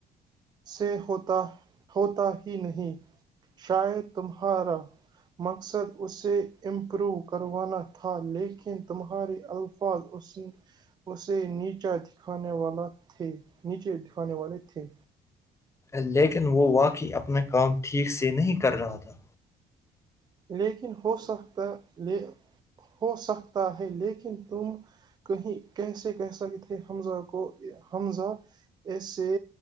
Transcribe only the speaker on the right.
سے ہوتا ہوتا ہی نہیں شاید تمہارا مقصد اسے امپروو کروانا تھا لیکن تمہارے الفاظ اسے نیچا دکھانے والا تھے نیچے دکھانے والے تھے
لیکن ہو سکتا ل ہو سکتا ہے لیکن تم کہیں کیسے کہ سک تھے حمزہ کو حمزہ ایسے